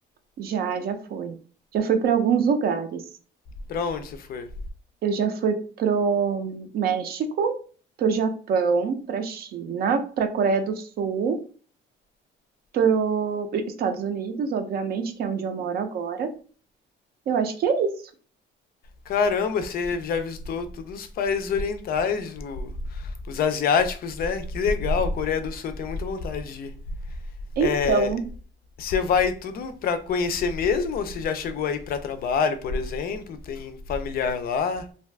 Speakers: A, on the right (about 50°); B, on the left (about 50°).
A: Já, já foi. Já fui para alguns lugares.
B: Pra onde você foi?
A: Eu já fui pro México, pro Japão, pra China, pra Coreia do Sul, pro Estados Unidos, obviamente, que é onde eu moro agora. Eu acho que é isso.
B: Caramba, você já visitou todos os países orientais, o- os asiáticos, né? Que legal. Coreia do Sul, eu tenho muita vontade de ir.
A: Então,
B: É, Você vai tudo pra conhecer mesmo ou você já chegou aí pra trabalho, por exemplo? Tem familiar lá?